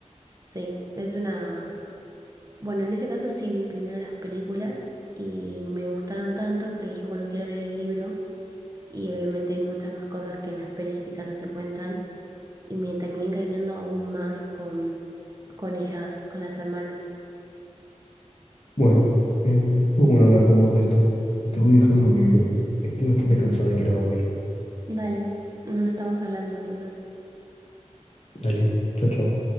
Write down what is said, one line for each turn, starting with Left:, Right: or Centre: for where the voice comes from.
Right: Sí, es una... Bueno, en ese caso sí vi primero las películas y me gustaron tanto que dije, bueno, quiero leer el libro y obviamente hay muchas más cosas que en las pelis quizás no se cuentan y me terminé encariñando aún más con, con ellas, con las hermanas.
Left: Bueno, eh, estuvo bueno hablar con vos de esto. Te voy dejando que estoy bastante cansado y quiero dormir.
Right: Dale, nos estamos hablando entonces.
Left: Dale, chao, chao.